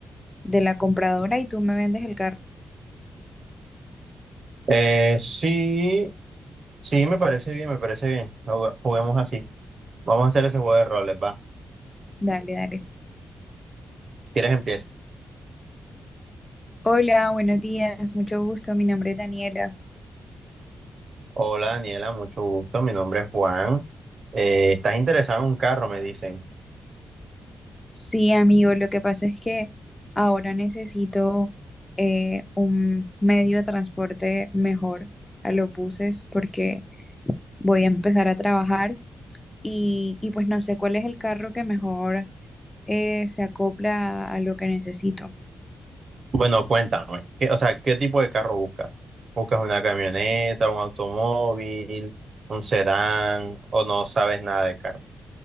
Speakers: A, on the left; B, on the right.
A: de la compradora y tú me vendes el carro.
B: Eh, sí, sí, me parece bien, me parece bien. Jugu- Juguemos así. Vamos a hacer ese juego de roles, va.
A: Dale, dale.
B: Si quieres, empieza.
A: Hola, buenos días, mucho gusto, mi nombre es Daniela.
B: Hola Daniela, mucho gusto. Mi nombre es Juan. Eh, ¿estás interesado en un carro? Me dicen.
A: Sí, amigo, lo que pasa es que ahora necesito eh, un medio de transporte mejor a los buses porque... voy a empezar a trabajar y, y pues no sé cuál es el carro que mejor eh, se acopla a lo que necesito.
B: Bueno, cuéntame. ¿qué- o sea, ¿qué tipo de carro buscas? ¿Buscas una camioneta, un automóvil, un sedán o no sabes nada de carros?